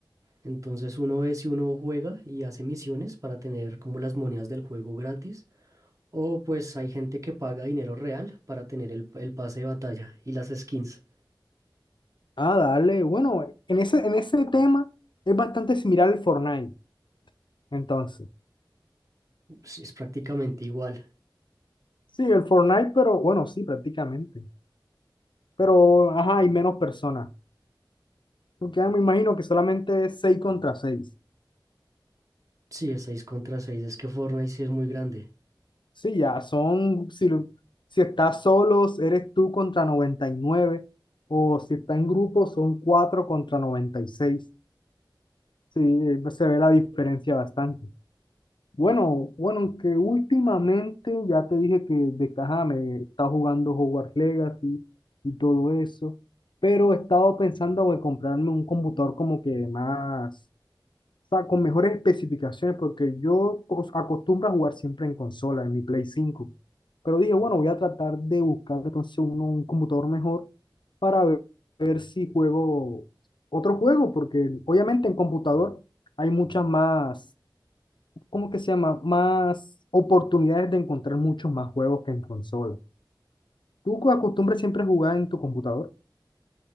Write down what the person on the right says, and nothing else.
Entonces uno ve si uno juega y hace misiones para tener como las monedas del juego gratis. O pues hay gente que paga dinero real para tener el, el pase de batalla y las skins.
Sí, es prácticamente igual.
Sí, es 6 contra 6. Es que Fortnite sí es muy grande.